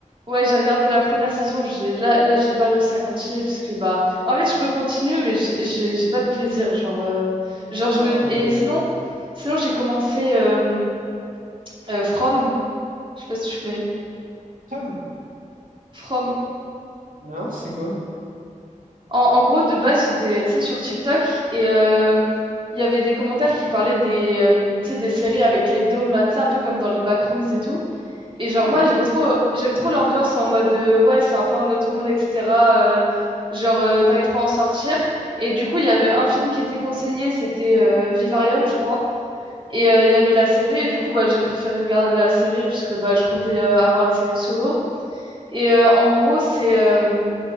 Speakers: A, on the right; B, on the right.
A: ouais, j'ai regardé la première saison, j'ai, là, là, j'ai pas réussi à continuer, parce que, bah, en fait, je peux continuer, mais j'- j'ai j'ai pas de plaisir, genre, euh, genre, je
B: Non,
A: me,
B: mais
A: et
B: les...
A: sinon, sinon, j'ai commencé euh, euh, From, je sais pas si tu connais.
B: Sam?
A: From.
B: Non, c'est quoi?
A: En, en gros, de base, j'étais, tu sais, sur TikTok et euh, il y avait des commentaires qui parlaient des, euh, tu sais, des séries avec les dômes là, tu sais, un peu comme dans les backrooms et tout. Et genre,
B: Ouais.
A: moi, j'aime trop, j'aime trop l'ambiance en mode, euh, ouais, c'est un peu un autre monde, etc. euh, genre, euh, t'arrives pas à en sortir. Et du coup, il y avait un film qui était conseillé, c'était euh, Vivarium, je crois. Et euh, il y avait la série, et du coup, bah, j'ai préféré regarder la série puisque bah, je comptais euh, avoir une série solo. Et euh, en gros, c'est. euh,